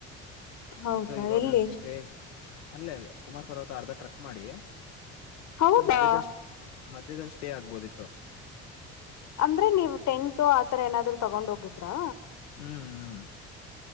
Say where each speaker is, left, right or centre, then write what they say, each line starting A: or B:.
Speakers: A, on the left; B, on the left.
A: ಹೌದಾ
B: ಸೊ ಇವಾಗ
A: ಎಲ್ಲಿ
B: ಅಷ್ಟೇ ಅಲ್ಲೇ ಕುಮಾರ್ ಪರ್ವತ ಅರ್ಧ ಟ್ರಕ್ ಮಾಡಿ
A: ಹೌದಾ
B: ಸೊ ಮಧ್ಯದಷ್ಟು ಮಧ್ಯದಲ್ಲಿ ಸ್ಟೇ ಆಗ್ಬೋದಿತ್ತು
A: ಅಂದ್ರೆ ನೀವು್ ಟೆಂಟು ಆತರ ಏನಾದ್ರು ತಗೊಂಡ್ ಹೋಗಿದ್ರಾ
B: ಹ್ಮ್ ಹ್ಮ್